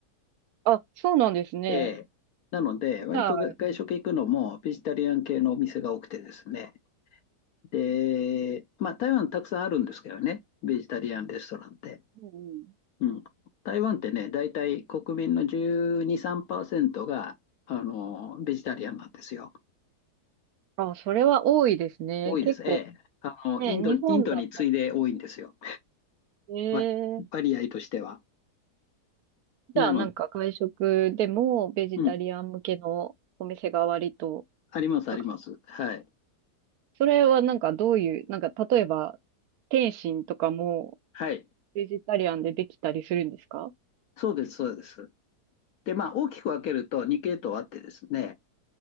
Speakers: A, on the right (about 70°); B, on the left (about 70°).
A: あ、そうなんですね。
B: ええ。なので、
A: じゃあ、
B: 割と外食行くのもベジタリアン系のお店が多くてですね。
A: うん
B: で、まあ台湾たくさんあるんですけどね、ベジタリアンレストランって。
A: うん
B: うん。台湾ってね、大体国民の12、3%が、あの、ベジタリアンなんですよ。
A: あ、それは多いですね。
B: 多いです。
A: 結構
B: ええ。あの、
A: ね、
B: インド、
A: 日本だと。
B: インドに次いで多いんですよ。
A: え
B: わ割合としては。
A: ー、
B: なの、
A: じゃあなんか外食でもベジタリアン向けのお店が割と、
B: うん。あります、あります。
A: なんか
B: はい。
A: それはなんかどういう、なんか例えば、天津とかも
B: はい。
A: ベジタリアンでできたりするんですか
B: そうです、そうです。で、まあ、大きく分けると2系統あってですね、